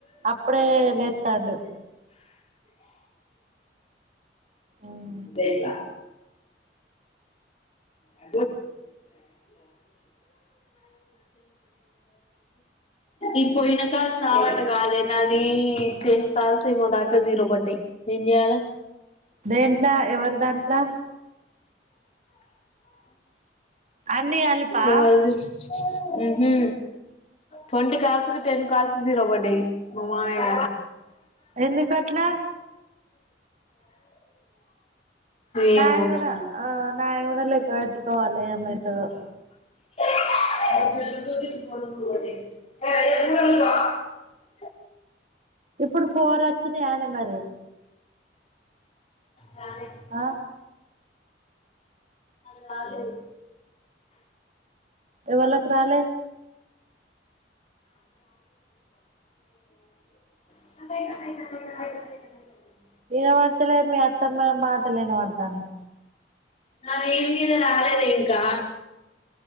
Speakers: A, on the right (about 45°); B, on the left (about 35°).
A: అప్పుడే లేత్తాండు ఊమ్
B: లేటుగా <unintelligible> ఇప్పు ఇన కాల్ రావంటాకాదే నాది టెన్ కాల్ ఏమో దాకా జీరో బడ్డాయి ఏం జెయాలె
A: దేంట్లా ఎవరి దాంట్లా అన్ని కలిపా
B: ఎవర్ది ఉహు ట్వంటీ కల్స్ కి టెన్ కల్స్ జీరో బడ్డాయ్ మా మామయ్య
A: ఎందుకట్లా
B: ఏమో
A: నాయి
B: నది
A: కూడా ఆ నాయి గుడా లెక్క వెట్టుకోవాలె ఏమైతదో
B: ఎ
A: ఇప్పుడు ఫోరొచ్చినయాలే మరి
B: రాలేదు
A: ఆ
B: సార్లేదు
A: ఎవళ్ళకు రాల
B: <unintelligible>
A: ఇనవడ్తలే మీ అత్తమ్మ మాటలు ఇనబడతాన్నాయ్
B: నావి ఎనిమిది గాలే దే ఇంకా